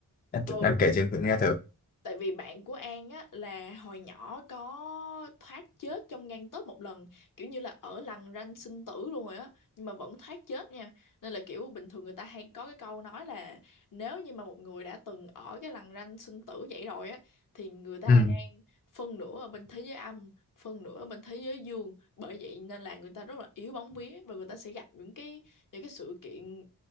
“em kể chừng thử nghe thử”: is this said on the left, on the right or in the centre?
Left